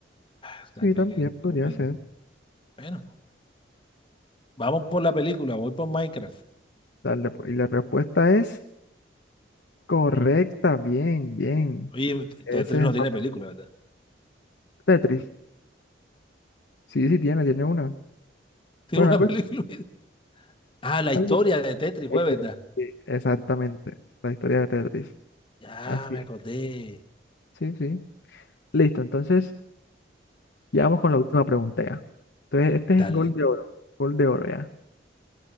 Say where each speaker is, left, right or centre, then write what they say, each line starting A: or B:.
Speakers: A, on the left; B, on the left.
A: O
B: Sí,
A: sea, que,
B: también podría
A: qué vaina.
B: ser.
A: Bueno, vamos por la película, voy por Minecraft.
B: Dale, pues. Y la respuesta es correcta, bien, bien.
A: Oye,
B: Ese
A: Tetris
B: es
A: no
B: el
A: tiene
B: papel
A: película, ¿verdad?
B: Tetris. Sí, sí, tiene, tiene una.
A: <laughs> Tiene
B: Bueno,
A: una
B: algo,
A: película. <laughs> Ah, la
B: algo-
A: historia de Tetris
B: es-
A: fue, ¿verdad?
B: sí, exactamente, la historia de Tetris.
A: Ya
B: Así
A: me
B: es.
A: acordé.
B: Sí, sí. Listo, entonces, ya vamos con la última pregunta ya. Entonces, este
A: Dale.
B: es gol de oro, gol de oro ya.